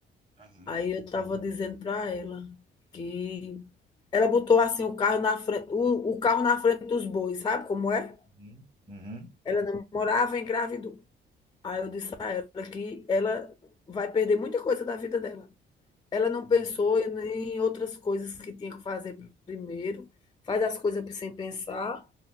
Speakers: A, on the right (about 25°); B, on the left (about 20°).
A: Aham.
B: Aí eu tava dizendo para ela que ela botou assim o carro na frente, o, o carro na frente dos bois, sabe como é?
A: Uhum, uhum,
B: Ela namorava e engravidou. Aí eu disse a ela que ela vai perder muita coisa da vida dela. Ela não
A: uhum.
B: pensou em em outras coisas que tinha que fazer primeiro, faz as coisas sem pensar.